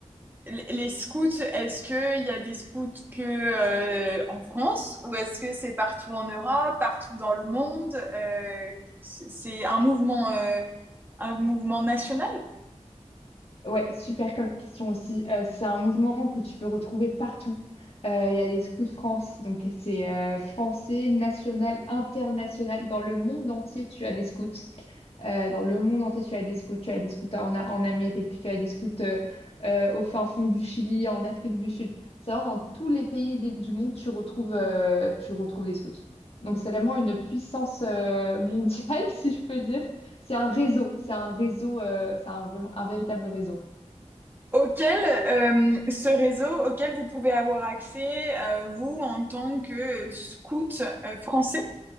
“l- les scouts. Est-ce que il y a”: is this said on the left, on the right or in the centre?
Right